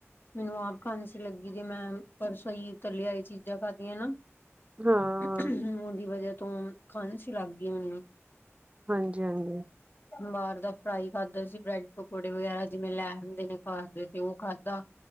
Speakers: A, on the left; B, on the right.
A: ਮੈਨੂੰ ਆਪ ਖਾਂਸੀ ਲੱਗੀ ਦੀਏ ਮੈਂ ਪਰਸੋਂ ਪਈ ਏ ਤੱਲੀਆਂਈ ਚੀਜ਼ਾਂ ਖਾਧੀਐ ਨਾ।
B: ਹਾਂ
A: <unintelligible> ਊਨਦੀ ਵਜੈ ਤੋਂ ਖਾਂਣਸੀ ਲੱਗ ਗੀਏ ਮੈਨੂੰ।
B: ਹਾਂਜੀ ਹਾਂਜੀ।
A: ਬਾਰ ਦਾ ਫਰਾਈ ਖਾਧਾ ਸੀ ਬ੍ਰੈਡ ਪਕੌੜੇ ਵਗੈਰਾ ਜਿਵੇਂ ਲੈ ਆਂਦੇ ਨੇ ਘਰ ਦੇ ਤੇ ਔ ਖਾਧਾ